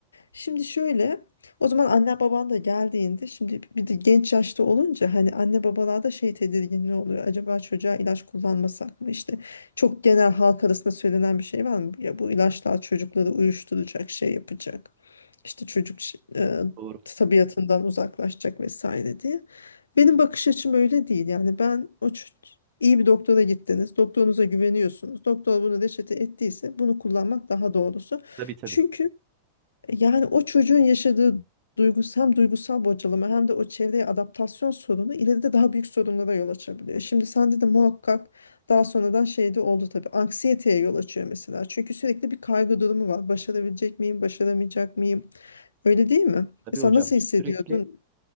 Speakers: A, on the left; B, on the right.
A: Şimdi şöyle o zaman anne baban da geldiğinde şimdi bir de genç yaşta olunca hani anne babalarda şey tedirginliği oluyor. Acaba çocuğa ilaç kullanmasak mı? İşte çok genel halk arasında söylenen bir şey var mı? Ya bu ilaçlar çocukları uyuşturacak, şey yapacak. İşte çocuk ş- e,
B: Doğru.
A: tabiatından uzaklaşacak vesaire diye. Benim bakış açım öyle değil. Yani ben o ç- iyi bir doktora gittiniz. Doktorunuza güveniyorsunuz. Doktor bunu reçete ettiyse bunu kullanmak daha doğrusu.
B: Tabii tabii.
A: Çünkü yani o çocuğun yaşadığı duygus hem duygusal bocalama hem de o çevreye adaptasyon sorunu ileride daha büyük sorunlara yol açabiliyor. Şimdi sende de muhakkak daha sonradan şey de oldu tabii. Anksiyeteye yol açıyor mesela. Çünkü sürekli bir kaygı durumu var. Başarabilecek miyim, başaramayacak mıyım? Öyle değil mi?
B: Tabii
A: Mesela
B: hocam
A: nasıl
B: sürekli
A: hissediyordun?